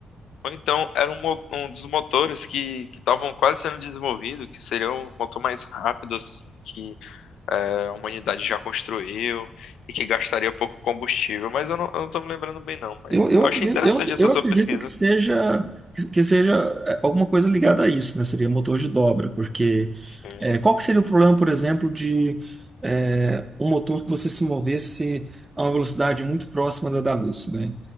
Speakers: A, on the left; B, on the right.
A: ou então era um, mo- um dos motores que que estavam quase sendo desenvolvido, que seria um motor mais rápido, assim, é, a humanidade já construiu e que gastaria pouco combustível, mas eu não, eu não tô me lembrando bem, não. Mas
B: Eu, eu
A: eu
B: acredito,
A: achei interessante
B: eu,
A: essa
B: eu
A: sua
B: acredito
A: pesquisa.
B: que seja que, que seja é, alguma coisa ligada a isso, né? Seria motor de dobra, porque
A: Sim,
B: é, qual que seria o problema, por exemplo, de é, um motor que você se movesse a uma velocidade muito próxima da da luz, né?